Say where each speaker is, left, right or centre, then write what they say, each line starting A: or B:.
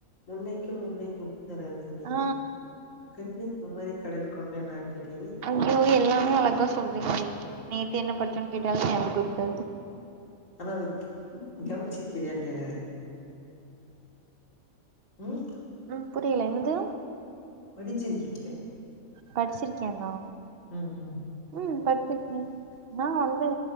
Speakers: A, on the left; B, on the right.
A: முன்னைக்கி
B: ம்
A: முன்னே முத்துன நர்த்தினி
B: ஆ
A: கண்ணி குமரி கடல் கொண்டனன் திடேய்ல்
B: அங்யோ எல்லாமே அழகா சொல்றீங்களே நேத் என்ன படிச்சோன் கேட்டாலே ந்யாபகோ இருக்கு
A: அதா அது கவனிச்சுக்கிறியான் கேக்க ம்
B: அ புரியல என்னது
A: படிச்சிருக்கின்
B: படிச்சிருக்கியான்னா
A: ம் ம்
B: ம் படிச்சிருக்கி நா வந்தூ